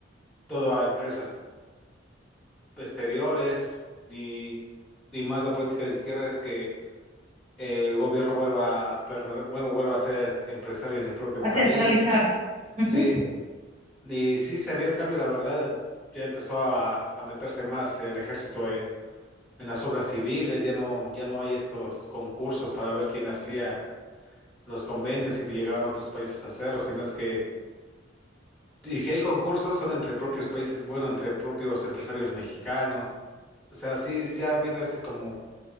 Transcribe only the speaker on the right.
a
centralizar. Ujú.